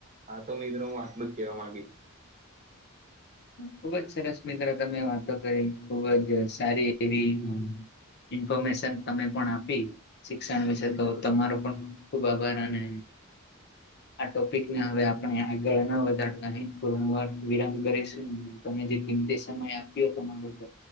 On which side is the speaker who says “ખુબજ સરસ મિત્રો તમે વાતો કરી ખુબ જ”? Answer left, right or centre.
Left